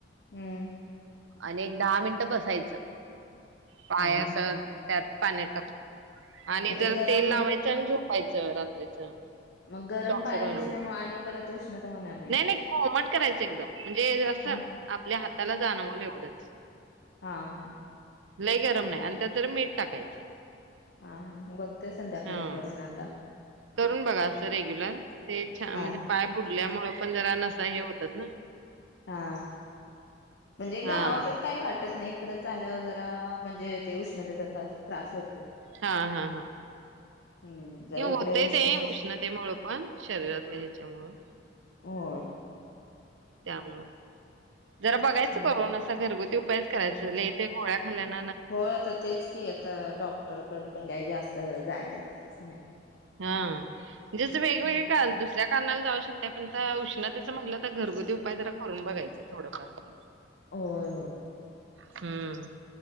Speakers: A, on the left; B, on the right.
A: हम्म
B: आणि एक दहा मिनिट बसायचं पायस
A: हा हा
B: त्यात पाण्यात टाकत आणि
A: मग
B: जर
A: ते गरम
B: तेल लावायचं आणि झोपायचं रात्रीच
A: मग गरम
B: सॉक्स
A: पाणी
B: घालून
A: असल्यामुळे आणि परत उष्णता होणार
B: नाही नाही कोमट करायचं एकदम म्हणजे असं
A: हा
B: आपल्या हाताला जाणवलं एवढंच
A: हा हा
B: लय गरम नाही, आणि त्यात मीठ टाकायचं.
A: हा हा बघते संध्याकाळी
B: हा.
A: करून आता
B: करून बघा असं रेग्युलर, ते छान
A: हा
B: म्हणजे पाय बुडल्यामुळे पण जरा नसा हे होतात ना.
A: हा म्हणजे
B: हा
A: गावाकड काही वाटत नाही तकड चालं जरा म्हणजे, ते उष्णतेचा त्रास होतोय.
B: हा हा हा.
A: हम्म. जरा
B: होतय
A: इकडे उष्णच
B: ते, उष्णतेमु पण शरीरातल्या ह्याच्यामुळ.
A: होय.
B: त्यामुळं, जरा बघायचं
A: हो.
B: करोना अस घरगुती उपायच करायच ललेह ते गोळ्या खाल्ल्यान
A: हो आता तेच की आता डॉक्टरकड पण काय जास्त जायचंच नाही.
B: हा जसं वेगवेगळे
A: हम्म.
B: कारण दुसऱ्या कारणाला जाऊ शकताय. पण उष्णतेचं म्हटलं तर घरगुती उपाय जरा करून बघायचं थोडंफार. <inaudible>
A: होय हो.
B: हम्म